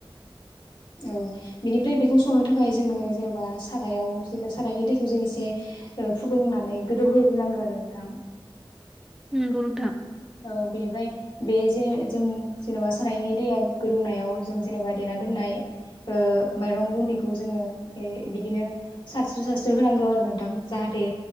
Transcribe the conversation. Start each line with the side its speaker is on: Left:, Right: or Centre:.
Left: औ बिनि फ्राय बेखौ सोंनो थाख खाय जोङो जेनेबा सारायाव बिदिनो सारायनि दैखौ जों इसे फुदुंनानै गोदौहोग्रोनांगौ आरो नोंथां
Centre: उम नंगौ नोंथां
Left: ओ बिनिफ्राय बे जे जों जेनेबा सारायनि दैया गोदौनायाव जों जेनेबा देना दोननाय ओ माइरं गुन्दैखौ जोङो ओ बिदिनो सारस्रो सारस्रो होनांगौ आरो नोंथां जाहाथे